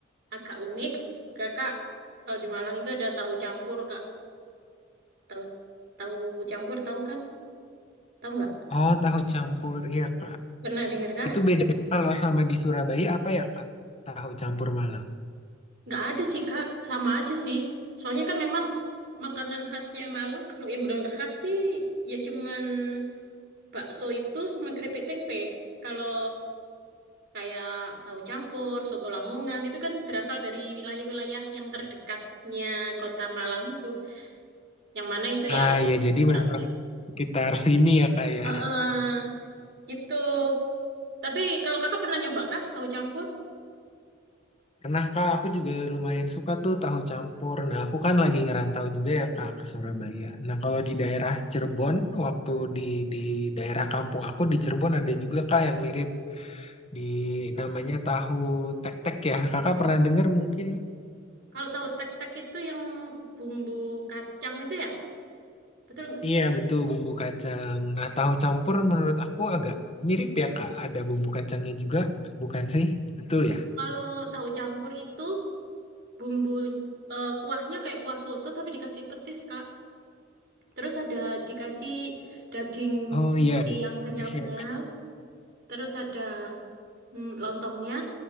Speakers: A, on the right; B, on the left.
A: agak unik, Kakak kalau di Malang itu ada tahu campur, Kak. Tahu tahu campur tahu kan? Tahu nggak?
B: Oh, tahu campur, iya Kak.
A: Pernah dengar kah?
B: Itu bedanya kalau sama di Surabaya apa ya Kak? Tahu campur Malang.
A: Nggak ada sih Kak, sama aja sih. Soalnya kan memang makanan khasnya Malang, kalau yang benar-benar khas sih ya cuman bakso itu sama keripik tempe. Kalau kayak tahu campur, soto Lamongan itu kan berasal dari wilayah-wilayah yang terdekatnya kota Malang itu. Yang mana itu
B: Ah
A: ya
B: ya jadi
A: berapa?
B: memang
A: ya?
B: sekitar sini ya kak ya.
A: Heeh, gitu. Tapi kalau kakak pernah nyoba kah tahu campur?
B: Karena kak aku juga lumayan suka tuh tahu campur. Nah aku kan lagi ngerantau juga ya kak ke Surabaya. Nah kalau di daerah Cirebon waktu di di daerah kampung aku di Cirebon ada juga kak yang mirip di namanya tahu tek-tek ya. Kakak pernah dengar mungkin?
A: Kalau tahu tek-tek itu yang bumbu kacang itu ya, betul nggak?
B: Iya betul bumbu kacang. Nah tahu campur menurut aku agak mirip ya kak. Ada bumbu kacangnya juga bukan sih? Betul ya?
A: Kalau tahu campur itu bumbu eh, kuahnya kayak kuah soto tapi dikasih petis Kak. Terus ada dikasih daging
B: Oh iya.
A: sapi
B: ada
A: yang kenyal-kenyal.
B: sisnya, Kak.
A: Terus ada mm, lontongnya,